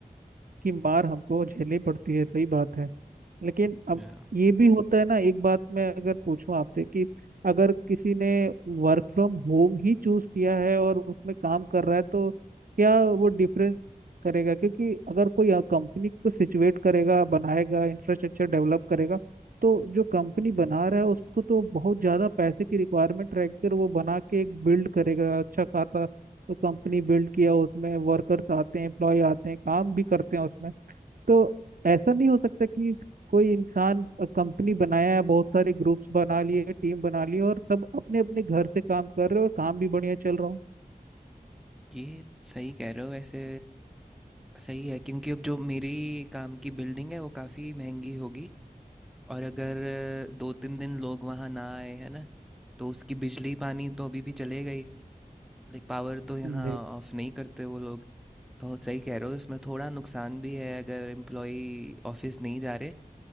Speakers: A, on the right (about 65°); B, in the centre.
A: की मार हमको झेलनी पड़ती है सही बात है लेकिन अब
B: Yeah.
A: ये भी होता है ना एक बात मैं अगर पूछूं आपसे कि अगर किसी ने वर्क फ्रॉम होम ही चूज किया है और उसमें काम कर रहा है तो क्या वो डिफरेंस करेगा क्योंकि अगर कोई कंपनी को सिचुएट करेगा बनाएगा इंफ्रास्ट्रक्चर डेवलप करेगा तो जो कंपनी बना रहा है उसको तो बहुत ज़्यादा पैसे की रिक्वायरमेंट रह कर वो बना के एक बिल्ड करेगा अच्छा खासा तो कंपनी बिल्ड किया उसमें वर्कर्स आते हैं एम्प्लॉय आते हैं काम भी करते हैं उसमें तो ऐसा नहीं हो सकता कि कोई इंसान कंपनी बनाया है बहुत सारे ग्रुप्स बना लिए टीम बना लिए और सब अपने अपने घर से काम कर रहे हो और काम भी बढ़िया चल रहा
B: ये सही कह रहे हो वैसे सही है क्योंकि अब जो मेरी काम की बिल्डिंग है वो काफ़ी महंगी होगी और अगर दो तीन दिन लोग वहाँ ना आए है ना तो उसकी बिजली पानी तो अभी भी चले गई लाइक पावर तो यहाँ
A: हो
B: ऑफ नहीं करते वो लोग तो सही कह रहे हो इसमें थोड़ा नुकसान भी है अगर एम्प्लॉई ऑफिस नहीं जा रहे